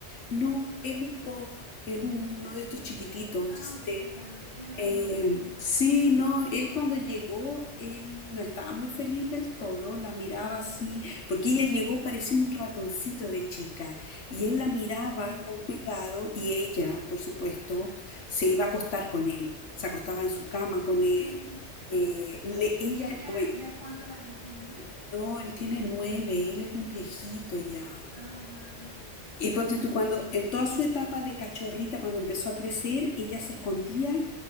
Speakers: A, on the left; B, on the right.
A: No, es un pug, es un- uno de estos chiquititos
B: Ah, ok,
A: de
B: ya. Menos
A: eh,
B: mal, sí.
A: sí, no, él cuando llegó, él no estaba muy feliz del todo, la miraba así, porque ella llegó parecía un ratoncito de chica, y él la miraba
B: Ujú.
A: con cuidado y ella, por supuesto, se iba a acostar con él, se acostaba en su cama con
B: <laughs>
A: él. eh, le- ella,
B: ¿Y él ya,
A: hoy,
B: ya cuántos años tenía?
A: no, él tiene nueve, él es un viejito ya.
B: Ah, wow, ya.
A: Y ponte
B: Claro.
A: tú cuando, en toda su etapa de cachorrita, cuando empezó a crecer, ella se escondía